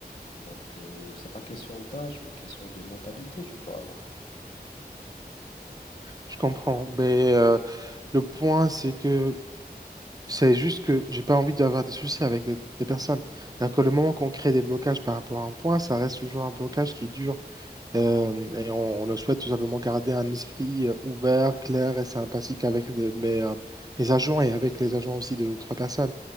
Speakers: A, on the left; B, on the right.
A: Donc, euh, c'est pas question d'âge, mais question de mentalité, je crois,
B: Je comprends, mais euh, le point, c'est que C'est juste que j'ai pas envie d'avoir des soucis avec des, des personnes. Alors que le moment qu'on crée des blocages par rapport à un point, ça reste toujours un blocage qui dure. Euh, et on, on le souhaite tout simplement garder un esprit euh, ouvert, clair et sympathique avec de- mes, euh, mes agents et avec les agents aussi de d'autres personnes.